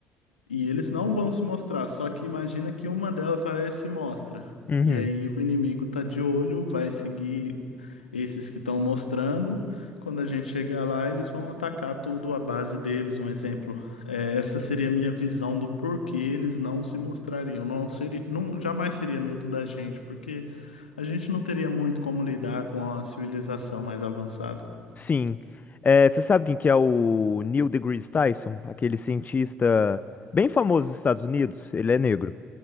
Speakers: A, on the left; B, on the left.
A: E eles não vão se mostrar, só que imagina que uma delas vai lá e se mostra.
B: uhum.
A: E aí o inimigo tá de olho, vai seguir esses que estão mostrando. Quando a gente chegar lá, eles vão atacar tudo à base deles. Um exemplo, é, essa seria a minha visão do porquê eles não se mostrariam. Não seria, não, jamais seria medo da gente, porque a gente não teria muito como lidar com a civilização mais avançada.
B: Sim. É, você sabe quem que é o Neil deGrasse Tyson? Aquele cientista bem famoso dos Estados Unidos. Ele é negro.